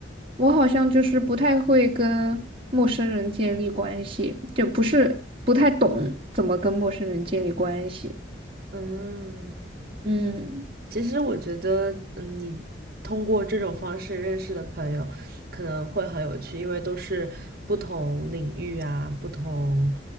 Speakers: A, on the right (about 30°); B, on the right (about 50°).
A: 我好像就是不太会跟陌生人建立关系，就不是不太懂怎么跟陌生人建立关系。
B: 嗯。
A: 嗯
B: 其实我觉得，嗯，你通过这种方式认识的朋友，可能会很有趣，因为都是不同领域啊，不同，